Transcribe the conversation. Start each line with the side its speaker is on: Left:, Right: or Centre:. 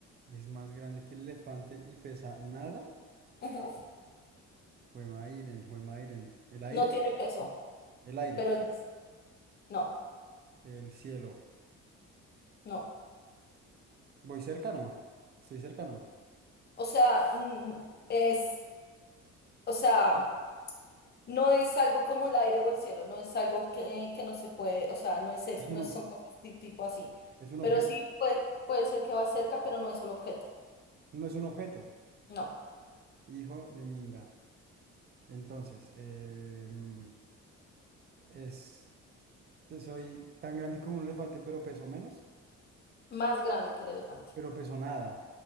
Right: Es más grande que el elefante y pesa nada.
Left: Ujú.
Right: Juemairen, Juemairen. ¿El aire?
Left: No tiene peso,
Right: El aire.
Left: pero es- no,
Right: El cielo.
Left: no.
Right: ¿Voy cerca? No. ¿Estoy cerca? No.
Left: O sea, mm, es, o sea, no es algo como el aire o el cielo, no es algo que, que no se puede, o sea, no es, es-
Right: Es un,
Left: no es-
Right: ob-
Left: son cosas ti- tipo así,
Right: es un
Left: pero
Right: objeto.
Left: sí puede, puede ser que va cerca, pero no es un objeto,
Right: No es un objeto.
Left: no.
Right: Hijo de Minga. Entonces, eh, mm, es, soy tan grande como un elefante, pero peso menos.
Left: Más grande que el elefante.
Right: Pero peso nada.